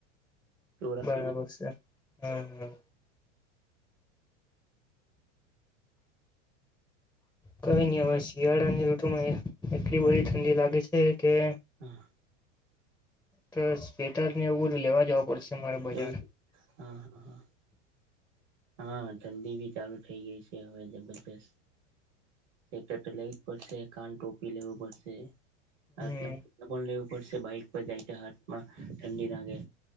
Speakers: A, on the right; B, in the centre.
A: ટોરા
B: બરાબર
A: બને
B: છે. હમ હા. કઈ નહી હ શિયાળાની ઋતુમાં એટલી બધી ઠંડી લાગે છે કે
A: હા.
B: તો સ્વેટર ને એવું લેવા જ પરશે મારે બજાર.
A: એવું હા હા હા હા ઠંડી ભી ચાલુ થઈ ગઈ છે હવે જબરજસ્ત. સ્વેટર તો લેવી જ પડશે કાન ટોપી લેવું પડશે. રાતના
B: હમ
A: પણ લેવ. વરસે બાઈક પર જાય છે હાથમાં ઠંડી લાગે.